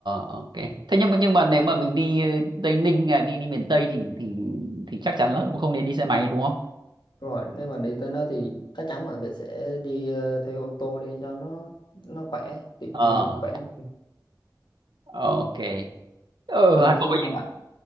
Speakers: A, on the right (about 80°); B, on the left (about 80°).
A: ok thế nhưng mà nhưng mà nếu mà mình đi ờ, Tây Ninh à, đi đi miền Tây thì thì thì chắc chắn là cũng không nên đi xe máy đúng không
B: rồi nếu mà đi tới nơi thì chắc chắn bạn phải sẽ đi ờ, thuê ô tô đi cho nó nó khỏe tiện
A: ờ
B: người khỏe người
A: ok ở
B: rồi
A: Hà
B: khi
A: Nội
B: nào
A: ấy,
B: bạn